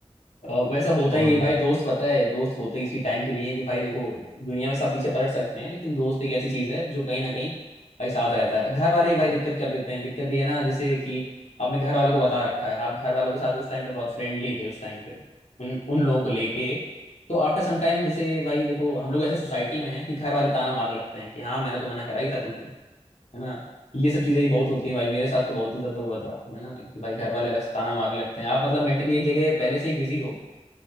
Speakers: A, on the left; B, on the right.
A: अ, वैसा होता
B: और
A: ही है
B: यार
A: भाई दोस्त पता है दोस्त होते ही इसी टाइम के लिए हैं कि भाई देखो दुनिया में सब पीछे पलट सकते हैं लेकिन दोस्त एक ऐसी चीज है जो कहीं ना कहीं भाई साथ रहता है घर वाले ही भाई दिक्कत कर देते हैं दिक्कत ये है ना जैसे कि आपने घर वालों को बता रखा है आप घर वालों के साथ उस टाइम पे बहुत फ्रेंडली थे उस टाइम पे उन उन लोगों को लेके तो आफ्टर सम टाइम जैसे भाई देखो हम लोग ऐसे सोसाइटी में हैं कि घर वाले ताना मारने लगते हैं कि हाँ मैंने तो मना करा ही था तुमको है ना ये सब चीजें ही बहुत
B: एक
A: होती हैं भाई मेरे साथ तो बहुत ही ज्यादा हुआ था है ना कि भाई घर वाले अलग से ताना मारने लगते हैं आप मतलब मेंटली एक जगह पहले से ही बिजी हो